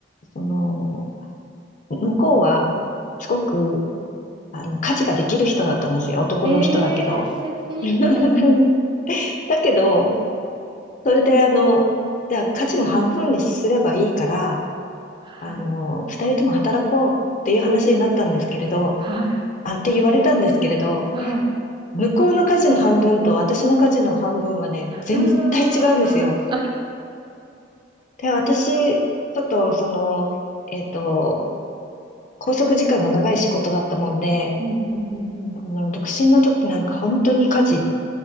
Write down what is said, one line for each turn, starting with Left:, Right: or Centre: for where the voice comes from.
Left: その、向こうは、すごく、あの、家事ができる人だったんですよ。男の人だけど。
Right: ええ、素敵。
Left: <laughs>
Right: はい、
Left: だけど、それで、あの、じゃあ家事も半分にすればいいから、
Right: はい、
Left: あの、二人とも働こうっていう話になったんですけれど、
Right: はい、
Left: あ、って言われたんですけれど、
Right: はい。
Left: 向こうの家事の半分と私の家事の半分はね、全体違うんですよ。
Right: ああ。
Left: で、私、ちょっとその、えっと、拘束時間が長い仕事だったもんで、
Right: うん、ふんふんふん。
Left: あの、独身の時なんか本当に家事、